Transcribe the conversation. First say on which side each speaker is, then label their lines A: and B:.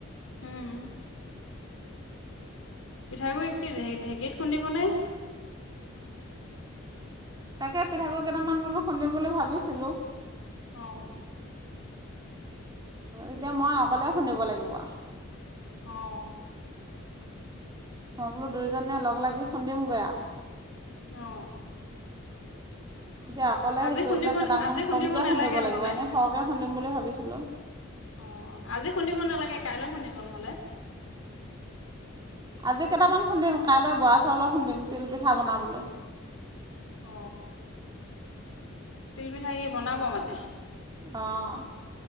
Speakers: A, on the left; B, on the right.
A: উম। পিঠাগুড়ি কি ঢেঁকীত খুন্দিবনে?
B: তাকে পিঠাগুড়ি কেইটামান বোলো খুন্দিম বুলি ভাবিছিলোঁ।
A: অ।
B: এতিয়া মই অকলে খুন্দিব লাগিব অ।
A: অঅ।
B: মই বোলো দুয়োজনে লগ লাগি খুন্দিমগৈ আৰু।
A: অ।
B: এতিয়া অকলে
A: আজি
B: হেৰি
A: খুন্দিব
B: কৰিবলে কেইটামান
A: আজি
B: কমকে
A: নালাগে
B: খুন্দিব
A: নহ'লে
B: লাগিব। এনে সৰহকে খুন্দিম বুলি ভাবি ভাবিছিলো।
A: অ আজি খুন্দিব নালাগে, কাইলৈ খুন্দিব নহলে।
B: আজি কেইটামান খুন্দিম। কাইলৈ বৰা চাউলৰ খুন্দিম, তিলপিঠা বনাবলে।
A: অ তিল পিঠা এই বনাব মানে?
B: অঁ।